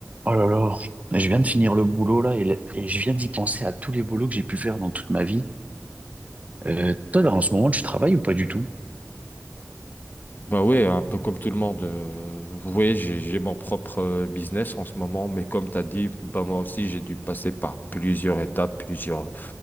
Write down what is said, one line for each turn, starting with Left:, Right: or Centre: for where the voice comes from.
Right: Oh là là, je viens de finir le boulot là et, et je viens d'y penser à tous les boulots que j'ai pu faire dans toute ma vie. Euh, toi, là, en ce moment, tu travailles ou pas du tout?
Left: Bah ouais, un peu comme tout le monde. euh, vous voyez, j'ai, j'ai mon propre euh, business en ce moment, mais comme tu as dit, bah moi aussi, j'ai dû passer par plusieurs étapes, plusieurs